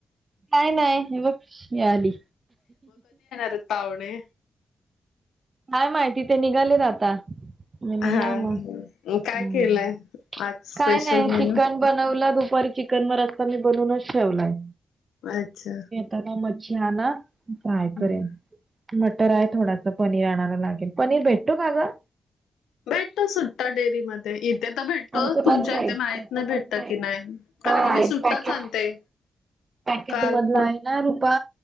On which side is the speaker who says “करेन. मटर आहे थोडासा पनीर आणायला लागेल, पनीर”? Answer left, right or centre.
Right